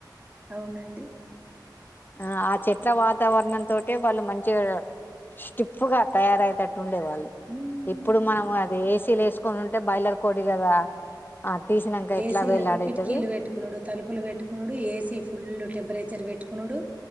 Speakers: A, on the right (about 20°); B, on the left (about 25°).
A: అవునండి
B: ఆ ఆ చెట్ల వాతావరణంంతో అంటే వాళ్ళు మంచిగా స్టిప్ గా తయారయటట్టు డే వాళ్ళు
A: ఉమ్.
B: ఇప్పుడు మనం అది చీల్ వేసుకని ఉంటే బైలర్ కోడి కదా తీసినాక ఎట్లా
A: ఏసీలు
B: వేలాడైతది
A: కిటికీలు పెట్టుకున్నాడు తలుపులు పెట్టుకున్నాడు ఏసీ ఫుల్ టెంపరేచర్ పెట్టు ట్కుోడు